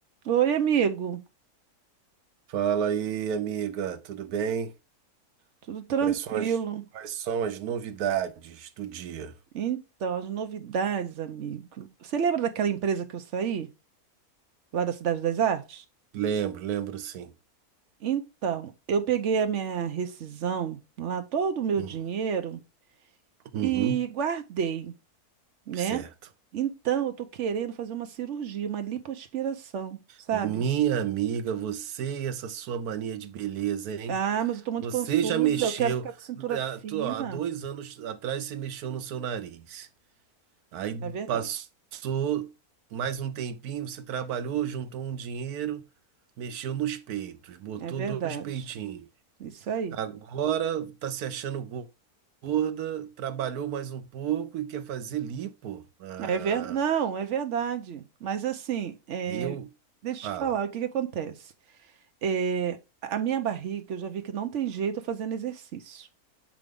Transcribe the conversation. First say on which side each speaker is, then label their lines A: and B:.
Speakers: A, on the right; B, on the right.
A: Oi, amigo.
B: Fala aí, amiga, tudo bem?
A: Tudo tranquilo?
B: Quais são as, quais são as novidades do dia?
A: Então, as novidades, amigo. Você lembra daquela empresa que eu saí, lá da Cidade das Artes?
B: Lembro, lembro sim.
A: Então, eu peguei a minha rescisão, lá todo o meu
B: Hum,
A: dinheiro
B: Uhum,
A: e guardei, né?
B: certo.
A: Então, eu tô querendo fazer uma cirurgia, uma lipoaspiração, sabe?
B: Minha amiga, você e essa sua mania de beleza, hein?
A: Ah, mas eu tô muito
B: Você
A: pançuda,
B: já mexeu.
A: eu quero ficar com cintura
B: ah,
A: fina.
B: tu- ó, Há dois anos atrás você mexeu no seu nariz. Aí
A: É verdade.
B: passou mais um tempinho, você trabalhou, juntou um dinheiro, mexeu nos peitos, botou
A: É verdade.
B: dois peitinhos.
A: Isso aí.
B: Agora tá se achando gorda, trabalhou mais um pouco e quer fazer lipo. Ah,
A: É ver... Não, é verdade. Mas assim, é,
B: eu
A: deixa
B: fala,
A: eu te falar, o que que acontece? É, A minha barriga, eu já vi que não tem jeito fazendo exercício.